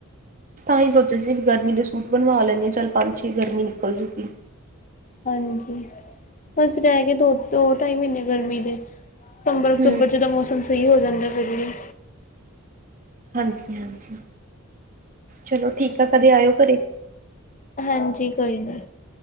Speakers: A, on the right; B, on the left.
A: ਤਾਂ ਹੀ ਸੋਚਿਆ ਸੀ ਬੀ ਗਰਮੀ ਦੇ ਸੂਟ ਬਣਵਾ ਲੇਨੀ ਆ, ਚੱਲ ਪੰਜ, ਛੇ ਗਰਮੀ ਨਿਕਲ ਜੂਗੀ
B: ਹਾਜੀ, ਬਸ ਰਹਿ ਗੇ ਦੋ- ਦੋ ਟਾਈ ਮਹੀਨੇਂ ਗਰਮੀਂ ਦੇ ਸਤੰਬਰ, ਅਕਤੂਬਰ
A: ਹੂੰ।
B: ਚ ਤਾਂ ਮੌਸਮ ਸਹੀ ਹੋ, ਜਾਂਦਾ ਫਿਰ ਵੀ
A: ਹਾਂਜੀ-ਹਾਂਜੀ, ਚਲੋ ਠੀਕ ਆ, ਕਦੇ ਆਇਓ ਘਰੇ
B: ਹਨਜੀ, ਕੋਈ ਨਈ